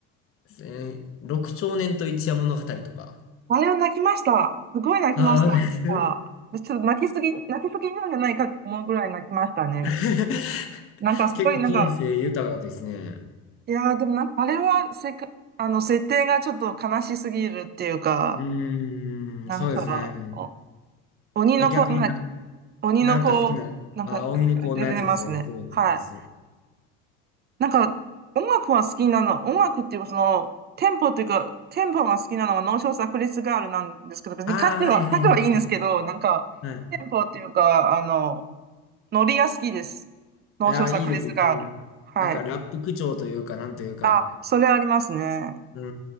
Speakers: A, on the left (about 40°); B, on the right (about 30°).
A: えー六少年と一夜物語とか。
B: あれを泣きました。すごい泣きました。
A: ああ、わかります
B: あ私ちょっと泣きすぎ、泣きすぎなんじゃないかって思うぐらい泣きましたね。
A: <laughs>
B: なんかすごいなんか、
A: 結構感性豊かですね。
B: いやーでもなんかあれはせか、あの、設定がちょっと悲しすぎるっていうか、
A: うーん、
B: なんか、
A: そうですね。
B: お鬼の子、
A: え、逆にな、
B: な鬼の子、
A: なんか好きな、
B: なんか、
A: あー、
B: なんか出てますね。
A: 荻野子のやつですよね。そうです、
B: はい。
A: そうです。
B: なんか、音楽は好きなの、音楽っていうか、その、テンポっていうか、テンポが好きなのが脳症炸裂ガールなんですけど、別に歌詞は、
A: ああ、はいはいはいはい。
B: 歌詞はいいんですけど、なんか、
A: はい。
B: テンポっていうか、あの、ノリが好きです。脳症炸裂ガール。
A: いやー、いいですね。あの、
B: はい。
A: なんかラップ口調というか、なんというか。
B: あ、それありますね。
A: うー